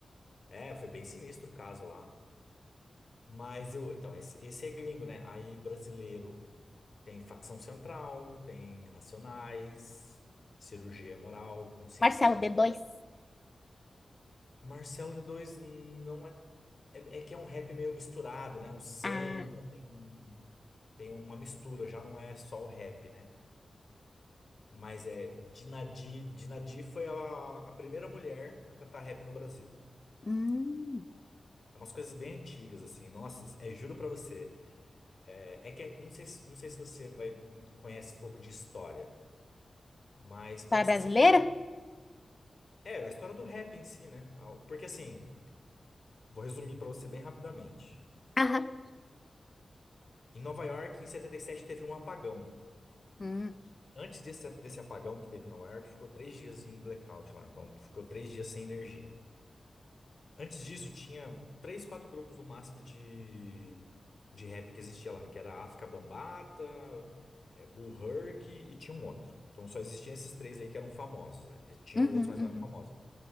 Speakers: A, on the left; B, on the left.
A: É, foi bem sinistro o caso lá. Mas eu. Então, esse, esse é gringo, né? Aí brasileiro tem Facção Central, tem Racionais, Cirurgia Moral, Consciência
B: Marcelo
A: Exa.
B: D2.
A: Marcelo de dois não é. É, é que é um rap meio misturado, né? Um samba,
B: Ah,
A: tem, tem uma mistura, já não é só o rap, né? Mas é Dinadi. Dinadi foi a, a primeira mulher a cantar rap no Brasil.
B: hum.
A: É umas coisas bem antigas, assim. Nossa, é, juro pra você. É, é que é, não sei, se- não sei se você vai conhece um pouco de história, mas pensa
B: Para brasileiro?
A: assim, é a história do rap em si, né? Ao- Porque assim, vou resumir pra você bem rapidamente.
B: Aham.
A: Em Nova York, em 77, teve um apagão.
B: Hum,
A: Antes desse, desse apagão que teve em Nova York, ficou três dias em blackout lá. Então, ficou três dias sem energia. Antes disso, tinha três, quatro grupos no máximo de, de rap que existia lá, que era África Bambata, é, Bull Herc e tinha um outro. Então só existiam esses três aí que eram famosos, né? E tinham
B: uhum,
A: outros, mas não
B: uhum.
A: eram famosos.